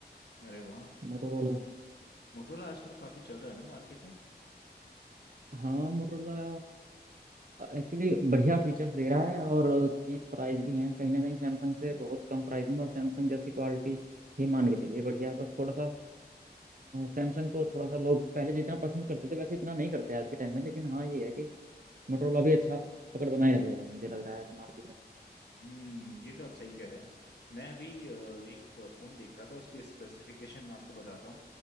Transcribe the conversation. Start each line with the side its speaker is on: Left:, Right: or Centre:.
Left: अरे वाह
Right: मोटोरोला
Left: मोटरोला आजकल काफी चल रहा है ना मार्केट में
Right: हाँ मोटोरोला एक्चुअली बढ़िया फीचर्स दे रहा है और चीप प्राइस भी है कहीं ना कहीं सैमसंग से बहुत कम प्राइस में और सैमसंग जैसी क्वालिटी ही मान के चलिए बढ़िया है। बस थोड़ा सा सैमसंग को थोड़ा सा लोग पहले जितना पसंद करते थे वैसे इतना नहीं करते आज के टाइम में लेकिन हाँ ये है कि मोटोरोला भी अच्छा पकड़ बनाए रख गया है मुझे लग रहा है ऐसा मार्केट में
Left: हम्म ये तो आप सही कह रहे हैं मैं अभी अ, एक फ़ोन देख रहा था उसके स्पेसिफिकेशन मैं आपको बताता हूँ